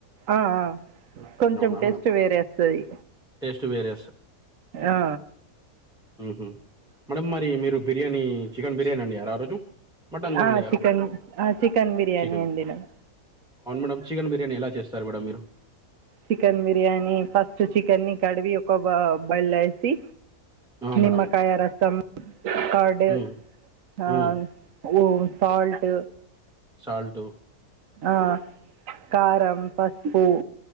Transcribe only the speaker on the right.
అ ఆ కొంచెం
టెస్ట్
వేరేవస్తది
ఆ
ఆ
చికన్ ఆ చికెన్ బిర్యానీ
అన్డినామ్
చికెన్ బిర్యానీ ఫస్ట్ చికెన్ని కడివి ఒక బ బయళ వేసి
నిమ్మకాయ
రసం కర్డ్
ఆ
ఓ సాల్ట్
ఆ కారం పసుపు